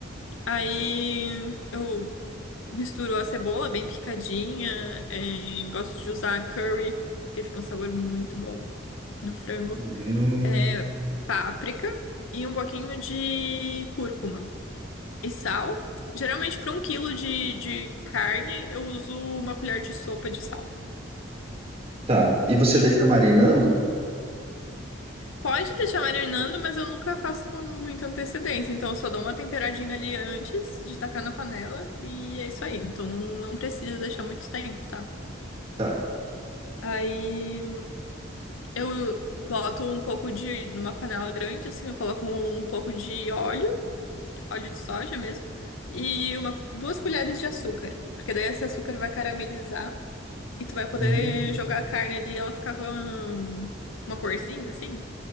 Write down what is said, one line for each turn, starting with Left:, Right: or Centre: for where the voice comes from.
Left: Aí eu misturo a cebola bem picadinha. eh, gosto de usar curry, porque fica um sabor muito bom no frango.
Right: Hum.
Left: é, páprica e um pouquinho de cúrcuma e sal. Geralmente, para um quilo de, de carne, eu uso uma colher de sopa de sal.
Right: Tá. E você
Left: E
Right: deixa marinando?
Left: pode deixar marinando, mas eu nunca faço com muita antecedência. Então, eu só dou uma temperadinha ali antes de tacar na panela e é isso aí. Então, não, não precisa deixar muito tempo, tá?
Right: Tá.
Left: Aí eu boto um pouco de, numa panela grande, assim, eu coloco um pouco de óleo. óleo de soja mesmo, e uma, duas colheres de açúcar, porque daí esse açúcar vai caramelizar e tu vai poder
Right: Hum.
Left: jogar a carne ali e ela ficar com hum, uma corzinha assim.